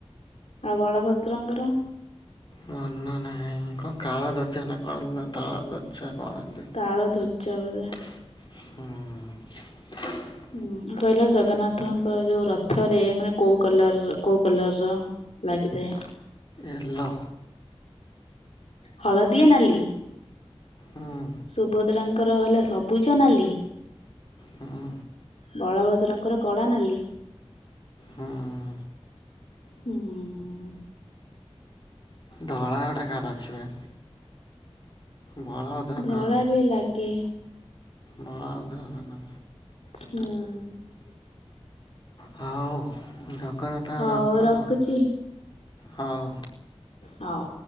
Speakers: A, on the left (about 80°); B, on the left (about 45°).
A: ଆଉ ବଳଭଦ୍ରଙ୍କର।
B: ମନ ନାହିଁ କଣ ତାଳ ଧଜ ନା କଁ ନା ତାଳ ଗଛ ନା କଣ ଏମିତି।
A: ତାଳ ଧ୍ୱଜ ବୋଧେ।
B: ହୁଁ।
A: ହୁଁ କହିଲ ଜଗନ୍ନାଥ ଙ୍କ ଯୋଉ ରଥରେ ମାନେ କୋଉ କଲର କୋଉ କଲର ର? ଲାଗିଥାଏ।
B: ଏଲୋ।
A: ହଳଦିଆ ନାଲି।
B: ହୁଁ।
A: ସୁଭଦ୍ରାଙ୍କ ର ହେଲା ସବୁଜ ନାଲି।
B: ହୁଁ।
A: ବଳଭଦ୍ରଙ୍କ ର କଳା ନାଲି।
B: ହୁଁ।
A: ହୁଁ।
B: ଧଳା ଗୋଟା କାର ଅଛି ବା। ବଳଭଦ୍ରଙ୍କର
A: ଧଳା ବି ଲାଗେ।
B: ବଳଭଦ୍ର ଙ୍କର ନା।
A: ହୁଁ।
B: ହଉ ଜଗନ୍ନାଥ
A: ହଉ
B: ରଖ
A: ରଖୁଛି
B: ହଉ।
A: ହଉ।